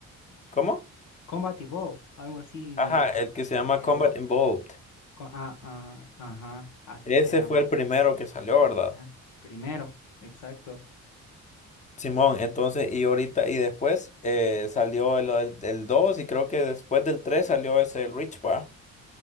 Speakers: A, on the left (about 25°); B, on the left (about 80°).
A: ¿cómo?
B: Combat Evolved, algo así
A: Ajá, el que se llama
B: se llama.
A: Combat Involved.
B: Co- ah, ah, ajá, así
A: Ese
B: se llama.
A: fue el primero que salió, ¿verdad?
B: Ah, el primero, exacto.
A: Simón, entonces, y ahorita, y después eh, salió el, el, el 2 y creo que después del 3 salió ese el Rich, pa.